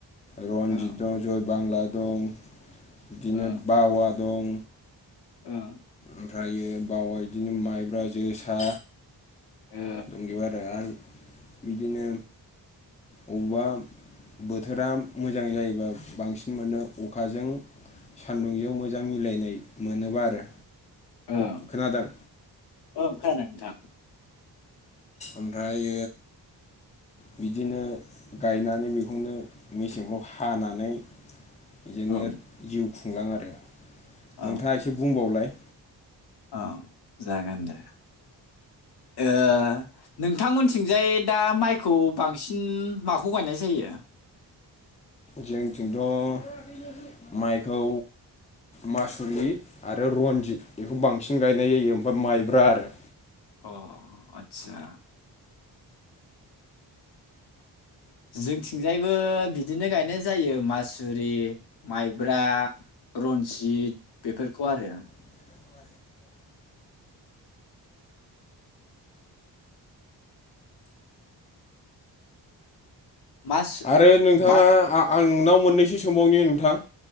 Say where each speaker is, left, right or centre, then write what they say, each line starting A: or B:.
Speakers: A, on the left; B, on the left.
A: रनजित
B: ओं
A: दं जय बांला दं बिदिनो
B: ओं
A: बावा दं,
B: ओं
A: ओमफ्रायो बावाय बिदिनो माइब्रा जोसा
B: ओ
A: दंजोबो आरो बिदिनो बबा बोथोरा मोजां जायोबा बांसिन मोनो अखाजों- सान्दुंजों मोजां मिलायनाय मोनोबा आरो
B: ओं
A: खोनादों?
B: ओं खोनादों नोंथां
A: ओमफ्राय बिदिनो गायनानै बेखौनो मेसेंआव हानानै- जोङो
B: औ
A: जिउ खुंलाङो आरो
B: औ
A: नोंथाङा एसे बुंबावलाय
B: औ जागोन दे। ओ नोंथांमोनथिंजाय दा माइखौ बांसिन माखौ गाय? <unintelligible>
A: जोंथिंथ' माइखौ मासुरि आरो रनजित बेखौ बांसिन गायनाय जायो ओमफ्राय माइब्रा आरो
B: अ आतसा। जोंथिंजायबो बिदिनो गायनाय जायो मासुरि माइब्रा, रनजित बेफोरखौ आरो
A: <inaudible>
B: मास
A: आरो नोंथाङा
B: बा
A: आं-आंनाव मोननैसो सोंबावनि नोंथां।